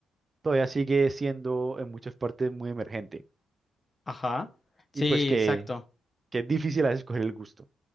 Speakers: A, on the right; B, on the left.
A: todavía sigue siendo en muchas partes muy emergente.
B: Ajá. Sí,
A: Y pues que,
B: exacto.
A: que es difícil a veces coger el gusto.